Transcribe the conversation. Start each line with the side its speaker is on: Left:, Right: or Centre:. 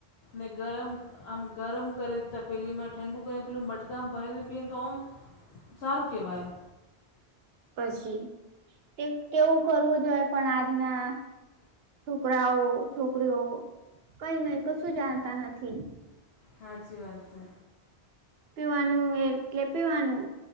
Left: ને ગરમ આમ ગરમ કરે તપેલી મા ઠંડુ કરી પહેલું મટકા ભરેને પીવે તો આમ સારું કહેવાય
Right: પછી તેવું કરવું જ હોય પણ આજના છોકરાઓ છોકરીઓ કઈ નઈ કશું જાણતા નથી
Left: હાચી વાત છે
Right: પીવાનું એટલે પીવાનું